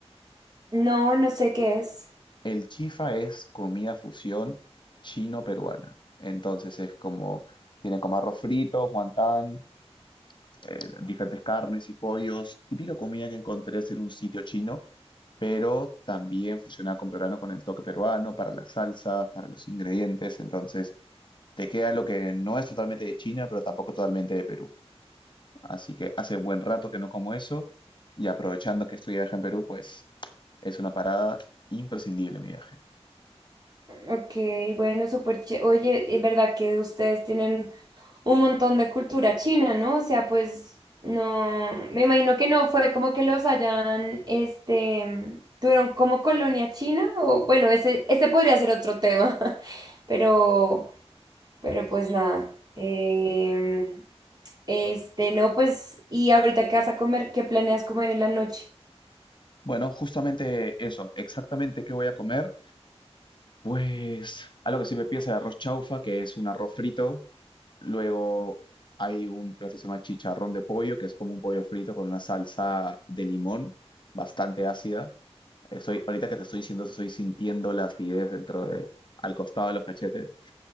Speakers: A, on the right (about 40°); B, on the left (about 45°).
A: No, no sé qué es.
B: El chifa es comida fusión chino-peruana. Entonces es como, tienen como arroz frito, guantán, eh, diferentes carnes y pollos, típica comida que encontrarías en un sitio chino, pero también fusionada con peruano, con el toque peruano, para las salsas, para los ingredientes, entonces te queda lo que no es totalmente de China, pero tampoco totalmente de Perú. Así que hace buen rato que no como eso y aprovechando que estoy de viaje en Perú, pues es una parada imprescindible mi viaje.
A: Ok, bueno, súper ché- Oye, es verdad que ustedes tienen un montón de cultura china, ¿no? O sea, pues no, me imagino que no fue como que los hayan, este, tuvieron como colonia china o bueno, ese, ese podría ser otro tema, <laughs> pero, pero pues nada. Em, Este, no, pues, ¿y ahorita qué vas a comer? ¿Qué planeas comer en la noche?
B: Bueno, justamente eso, exactamente qué voy a comer. Pues algo que siempre piensa el arroz chaufa, que es un arroz frito Luego hay un plato que se llama chicharrón de pollo, que es como un pollo frito con una salsa de limón bastante ácida. Estoy, ahorita que te estoy diciendo eso, estoy sintiendo la acidez dentro de, al costado de los cachetes.